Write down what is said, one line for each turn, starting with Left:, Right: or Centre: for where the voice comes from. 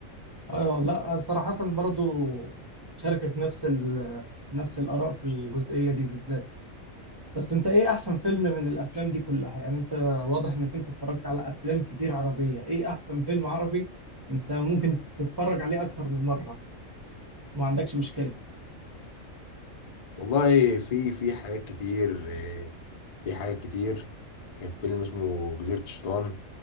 Right: ايوه لا صراحه برضو شاركك نفس ال... نفس الاراء في الجزئيه دي بالذات بس انت ايه احسن فيلم من الافلام دي كلها يعني انت واضح انك انت اتفرجت على افلام كتير عربية ايه احسن فيلم عربي انت ممكن تتفرج عليه اكتر من مرة ما عندكش مشكلة
Left: والله في في حاجات كتير آه، في حاجات كتير كان فيلم اسمه جزيرة الشيطان